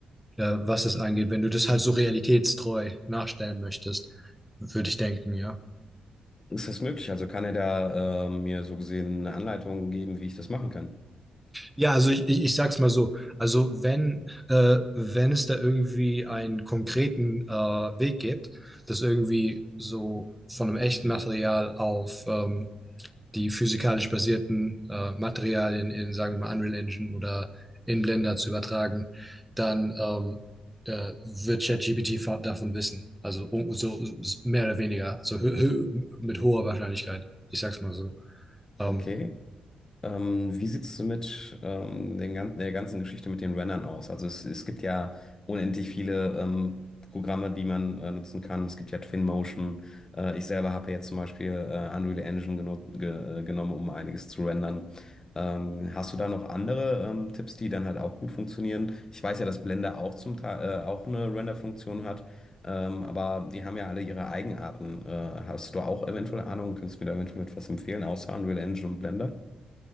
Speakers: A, in the centre; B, on the left.
A: äh, was das angeht, wenn du das halt so realitätstreu nachstellen möchtest, würde ich denken, ja.
B: Ist das möglich? Also kann er da äh, mir so gesehen eine Anleitung geben, wie ich das machen kann?
A: Ja, also ich, ich, ich sag's mal so. Also wenn, äh, wenn es da irgendwie einen konkreten äh, Weg gibt, das irgendwie so von einem echten Material auf ähm, die physikalisch basierten äh, Materialien in, sagen wir mal, Unreal Engine oder in Blender zu übertragen, dann ähm, äh, wird ChatGPT fa- davon wissen. Also um, so so mehr oder weniger, so hö hö mit hoher Wahrscheinlichkeit. Ich sag's mal so. Ähm,
B: Okay. Ähm, wie sieht's mit ähm, den ganzen, der ganzen Geschichte mit den Rennern aus? Also es, es gibt ja unendlich viele ähm, Programme, die man äh, nutzen kann. Es gibt ja Twinmotion. Äh, ich selber habe jetzt zum Beispiel äh, Unreal Engine geno ge äh, genommen, um einiges zu rendern. Ähm, hast du da noch andere ähm, Tipps, die dann halt auch gut funktionieren? Ich weiß ja, dass Blender auch zum Teil äh, auch eine Render-Funktion hat, ähm, aber die haben ja alle ihre Eigenarten. Äh, hast du auch eventuell Ahnung? Könntest du mir da eventuell etwas empfehlen, außer Unreal Engine und Blender?